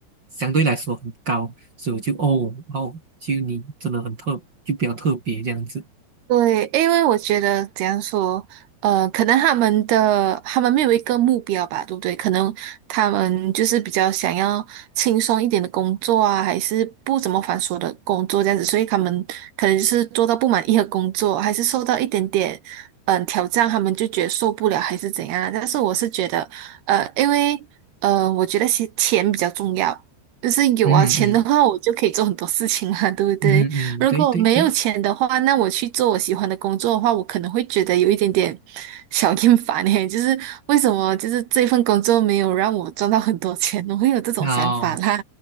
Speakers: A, on the right (about 30°); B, on the right (about 70°).
A: 相对来说很高，所以我就哦哦，就你真的很特，就比较特别这样子。
B: 对，因为我觉得怎样说，呃，可能他们的他们没有一个目标吧，对不对？可能他们就是比较想要轻松一点的工作啊，还是不怎么繁琐的工作这样子，所以他们可能就是做到不满意的工作，还是受到一点点嗯、呃挑战，他们就觉得受不了还是怎样啊。但是我是觉得，呃，因为呃，我觉得钱钱比较重要，就是有啊钱的话，
A: 嗯嗯
B: 我就可以做很多事情嘛，对不对？
A: 嗯嗯，
B: 如果没有钱的话，
A: 对对对，
B: 那我去做我喜欢的工作的话，我可能会觉得有一点点 <laughs> 小厌烦诶，就是为什么就是这份工作没有让我赚到很多钱，我会有这种想法啦。
A: 哦，